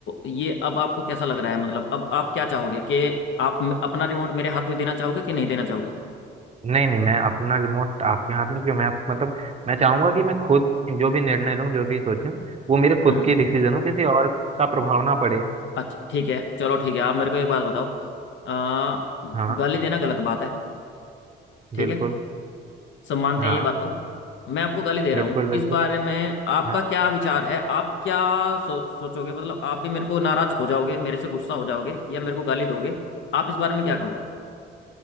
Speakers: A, on the left (about 70°); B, on the right (about 35°).
A: ये अब आपको कैसा लग रहा है मतलब अब आप क्या चाहोगे कि आप म- अपना रिमोट मेरे हाथ में देना चाहोगे कि नहीं देना चाहोगे
B: नहीं नहीं मैं अपना रिमोट आपके हाथ में क्यों मैं मतलब मैं चाहूंगा कि मैं खुद जो भी निर्णय लूँ जो भी सोचूं वो मेरे खुद
A: हम्म
B: के डिसीजन हो किसी और का प्रभाव ना पड़े
A: अच्छा ठीक है चलो ठीक है आप मेरे को एक बात बताओ आ,
B: हाँ
A: गाली देना गलत बात है ठीक
B: बिल्कुल
A: है सब मानते
B: हाँ
A: हैं ये बात तो मैं आपको गाली दे
B: बिल्कुल
A: रहा हूँ
B: बिल्कुल
A: इस बारे में आपका
B: हाँ
A: क्या विचार है आप क्या सोच सोचोगे मतलब आप भी मेरे को नाराज हो जाओगे मेरे से गुस्सा हो जाओगे या मेरे को गाली दोगे आप इस बारे में क्या कहोगे